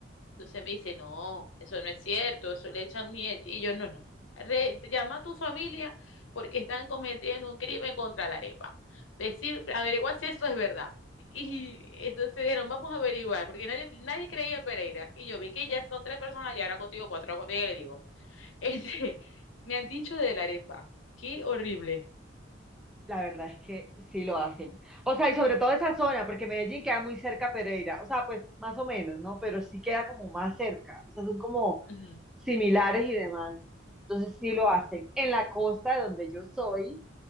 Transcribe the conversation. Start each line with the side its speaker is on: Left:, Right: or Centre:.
Left: Entonces me dice, no, eso no es cierto, eso le echan miel. Y yo, no, no. Re- llama a tu familia porque están cometiendo un crimen contra la arepa. Decir, averigua si eso es verdad. Y entonces dijeron, vamos a averiguar, porque nadie, nadie creía en Pereira. Y yo vi que ya son tres personas y ahora contigo cuatro, ahora contigo le digo. <laughs> Este, me han dicho de la arepa. Qué horrible.
Centre: La verdad es que sí lo hacen. O sea, y sobre todo esa zona, porque Medellín queda muy cerca a Pereira. O sea, pues más o menos, ¿no? Pero sí queda como más cerca. O sea, son como
Left: Ujú,
Centre: similares y demás. Entonces sí lo hacen. En la costa de donde yo soy,